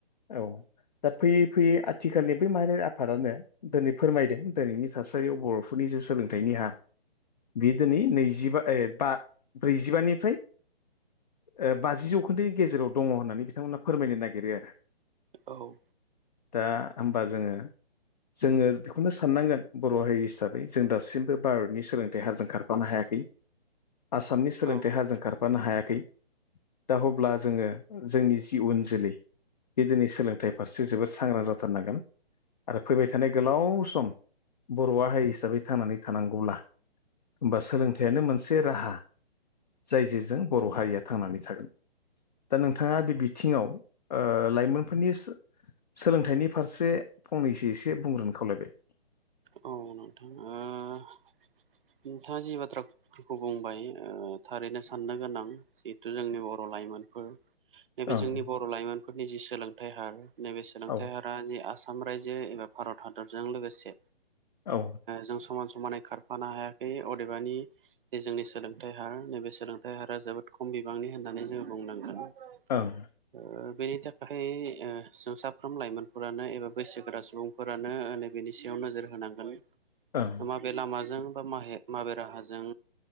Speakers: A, on the left; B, on the right.
A: औ दा फैयै फैयै आथिखालनि बै माहारि आफादानो दिनै फोरमायदों दिनैनि थासारियाव बर'फोरनि ज सोलोंथाइ ह बे दिनै नैजिबा ब्रैजिबानिफ्राय ओ बाजि जौखोन्दोनि गेजेराव दङ होननानै बिथांमोनहा फोरमायनो नागिरो आरो।
B: औ।
A: दा होमबा जोङो जोङो बेखौनो साननांगोन बर' हारि हिसाबै जों दासिमबो भारतनि सोलोंथाइ हारजों खारफानो हायाखै। आसामनि सोलोंथाइ
B: नोंथां
A: हाजों खारफानो हायाखै दा अब्ला जोङो जोंनि जि उन जोलै बे दिनै सोलोंथाइ फारसे जोबोद सांग्रां जाथारनांगोन। आरो फैबाय थानाय गोलाव सम बर'आ हारि हिसाबै थांनानै थानांगौब्ला होनबा सोलोंथाइयानो मोनसे राहा। जाय जेजों बर' हारिया थांनानै थागोन‌। दा नोंथाङा बे बिथिङाव लाइमोनफोरनि सोलोंथाइनि फारसे फंनैसो एसे बुंग्रोन खावलायबाय
B: औ नोंथां। नोंथाङा जि बाथ्राफोरखौ बुंबाय। ओ थारैनो साननो गोनां जिहेथु जोंनि बर' लाइमोनफोर नैबे
A: ओं
B: जोंनि बर' लाइमोनफोर फोरनि जि सोलोंथाइ हार नैबे सोलोंथाइ
A: औ
B: हारा जि आसाम रायजो एबा भारत हादरजों लोगोसे
A: औ ओं
B: जों समान समानै खारफानो हायाखै। बे अदेबानि जोंनि सोलोंथाइ हार नैबे सोलोंथाइ हारा जोबोद खम बिबांनि होननानै जोङो बुंनांगोन।
A: ओं
B: <inaudible> ओ। बेनि थाखाय ओ जों साफ्रोम लाइमोनफोरानो एबा बैसोगोरा सुबुंफोरानो नैबेनि सायाव नोजोर। होनांगोन
A: ओं
B: माबे लामाजों बा मा -माबे राहाजों।